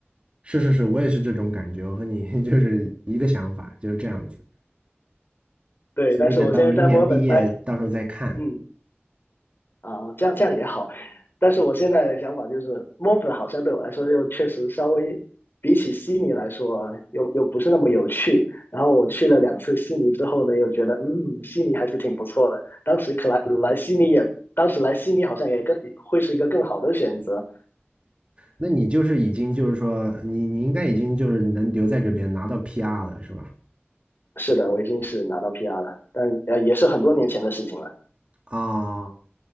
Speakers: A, on the right; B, on the left.
A: 是是是，我也是这种感觉，我和你 <laughs> 就是一个想法，就是这样子。
B: 对，
A: 所以等到明年毕业，
B: 但是我现在在墨尔本待，
A: 到时候再看。
B: 嗯。啊，这样这样也好。但是我现在的想法就是，墨本好像对我来说又确实稍微比起悉尼来说，又又不是那么有趣。然后我去了两次悉尼之后呢，又觉得嗯，悉尼还是挺不错的。当时可来来悉尼也，当时来悉尼好像也更会是一个更好的选择。
A: 那你就是已经就是说，你你应该已经就是能留在这边拿到 PR 了，是吧？
B: 是的，我已经是拿到 PR 了，但呃也是很多年前的事情了。
A: 啊，